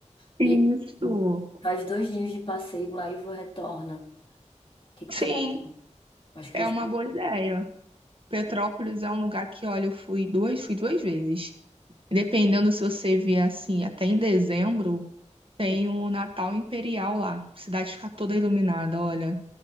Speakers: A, on the left; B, on the right.
A: E
B: isso.
A: aí, faz dois dias de passeio lá e vou- retorna. O que que
B: Sim,
A: tu acha? Acho que
B: é
A: vai ser.
B: uma boa ideia. Petrópolis é um lugar que, olha, eu fui duas, fui duas vezes. E Dependendo se você vier assim, até em dezembro, tem
A: Hum,
B: o Natal Imperial lá. A cidade fica toda iluminada, olha.